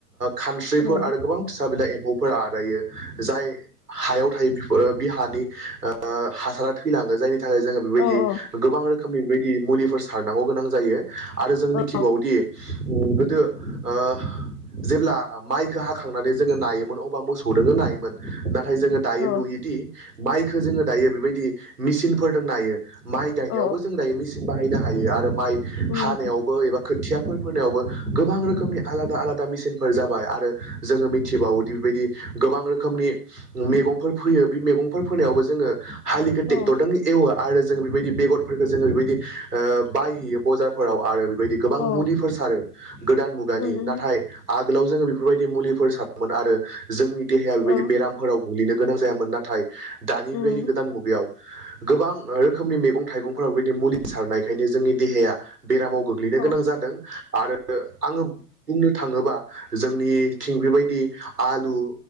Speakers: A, on the right; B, on the left.
A: खानस्रिफोर
B: औ
A: आरो गोबां फिसा बिला एम्फौ फोरा दायो जाय हायाव थायो बिफोर बि हानि ओ हासारा थैलाङो जायनि नि थाखाय जोङो बेबायदि
B: औ
A: गोबां रोखोमनि बेबायदि मुलिफोर सारनांगौ गोनां जायो। आरो जों
B: औ
A: मिथिबावदि गोदो ओ जेब्ला माइखौ हाखांनानै जोङो नायोमोन अबा मोसौ दो नायोमोन ना नाथाय जोङो दायो
B: औ
A: नुयोदि माइखौ जोङो दायो बेबायदि मेचनफोरजों नायो। माइ गायनायावबो
B: औ
A: जों दायो मेसिन बाहायनो हायो आरो माइ
B: उम
A: हानायावबो एबा खोथियाफोर नायावसो गोबां रोखोमनि आलादा आलादा मिेसिनफोर जाबाय आरो जोङो मिथिबावो बायदि गोबां रोखोमनि मैगंफोर फोयो बे मैगंफोर फोनायावबो जोङो हालिखौ
B: औ
A: ट्रेकटरजों एवो आरो बे बादि बेगरफोरखो जोङो ओ बायहैयो बाजारफोराव आरो। गोबां
B: औ
A: मुलिफोर सारो गोदान मुगानि
B: उम
A: नाथाय आगोलाव जोङो बेफोर बायदि मुलिफोर सारामोन आरो जोंनि देहाया बेबायदि
B: औ
A: बेरामफोराव गोग्लैनो गोनां जायामोन नाथाय दानि
B: उम
A: बेबायदि गोदान मुगायाव। गोबां रोखोमनि मैगं थाइगंफोराव बेबायदि मुलि सारनायखायनो जोंनि देहाया बेरामाव गोग्लैनो
B: औ
A: गोनां जादों आरो आङो। बुंनो थाङोबा जोंनिथिं बेबायदि आलु